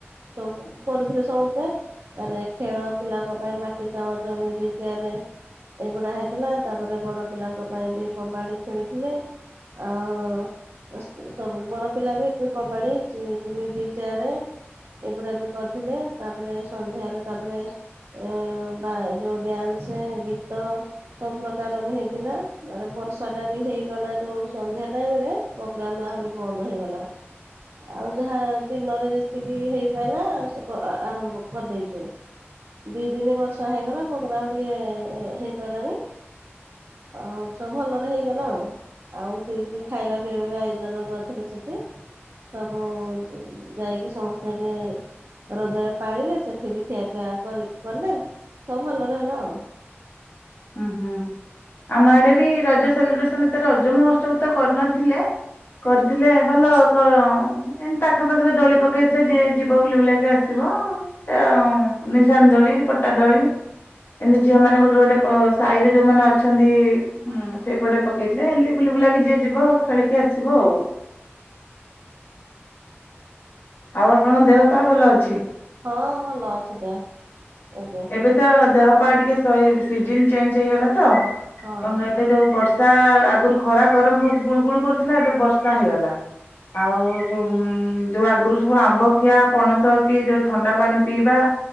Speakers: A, on the right (about 65°); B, on the left (about 55°).
A: ସବୁ କରିଥିଲେ ସମସ୍ତେ। ତାରେ ଖେଳ ପିଲାଙ୍କ ପାଇଁ ମାଟି ଚାମଚ ମ୍ୟୁଜିକ ଚେୟାରେ ଏଇଗୁଡା ହେଇଥିଲା ତାପରେ ବଡ ପିଲାଙ୍କ ପାଇଁ ବି କବାଡି ଖେଳିଥିଲେ। ଆଉ ସବୁ ବଡ ପିଲା ବି କୁ କବାଡି <unintelligible> ଏଗୁଡା ବି କରିଥିଲେ, ତାପରେ ସନ୍ଧ୍ୟାରେ ତାପରେ ଏ ବା ଯୋଉ ଡ୍ୟାନ୍ସ ଗୀତ ସବୁ ପ୍ର ଉକାର ବି ହେଇଥିଲା <unintelligible> ବର୍ଷା ଟା ବି ହେଇଗଲା ଯୋଉ ସନ୍ଧ୍ୟା ଟାଇମ ରେ ଗ୍ରାମ ଆହୁରି ବନ୍ଦ ହେଇଗଲା। ଆଉ ଯାହା ଦିନରେ ଯେତିକି ହେଇପାଇଲା ସେ କ ଆ ଆରମ୍ଭ କରିଦେଇଛୁ। ଦି ଦିନି ବର୍ଷା ହେଇଗଲା ପ୍ରୋଗ୍ରାମ ଟିକେ ହେଇପାରିଲାନି। ଆଉ ସବୁ ଭଲରେ ହେଇଗଲା ଆଉ। ଆଉ <unintelligible> ଖାଇବା ପିଇବା ବି ଆୟୋଜନ କରିଥିଲେ ସେଠି। ସବୁ ଯାଇକି ସମସ୍ତେ ବି ରଜରେ ପାଳିଲେ, ସେଠି ବି ଖିଆ ପିଆ କରି କଲେ, ସବୁ ଭଲରେ ହେଲା ଆଉ।
B: ହୁଁ ହୁଁ ଆମ ଆଡେ ବି ରଜ ସେଲିବ୍ରେସନ ଏତେ ରଜ ମହୋତ୍ସବ ତ କରିନଥିଲେ। କରିଥିଲେ ଭଲ କ ଏମିତି ପାଖ ପାଖିରେ ଦୋଳି ପକେଇଥିଲେ ଯିଏ ଯିବ ବୁଲି ବୁଲାକି ଆସିବ। ଆଁ ନିଶାଣି ଦୋଳି, ପଟା ଦୋଳି ଏମିତି ଝିଅ ମାନ ଗୋଟେ ଗୋଟେ ସାହିରେ ଯୋଉମାନେ ଅଛନ୍ତି ଉ ଉଁ ସେଇପଟେ ପକେଇଥିଲେ ଏମିତି ବୁଲି ବୁଲାକି ଯିଏ ଯିବ ଖେଳିକି ଆସିବ ଆଉ। ଆଉ ଆପଣଙ୍କ ଦେହ ପା ଭଲ ଅଛି?
A: ହଁ ଭଲ ଅଛି ଦେହ ଏବେ।
B: ଏବେ ତ ଦେହପାହା ଟିକେ ସିଜିନ ଚେଞ୍ଜ ହେଇଗଲା ତ କଣ
A: ହଁ।
B: କହ ଏ ଯୋଉ ବର୍ଷା ଆଗରୁ ଖରା ଗରମ ବହୁତ ଗୁଳୁ ଗୁଳୁ କରୁଥିଲା ଏବେ ବର୍ଷା ହେଇଗଲା। ଆଉ ଯୋଉ ଆଗରୁ ସବୁ ଆମ୍ବ ଖିଆ ପଣସ କି ଯୋଉ ଥଣ୍ଡା ପାଣି ପିଇବା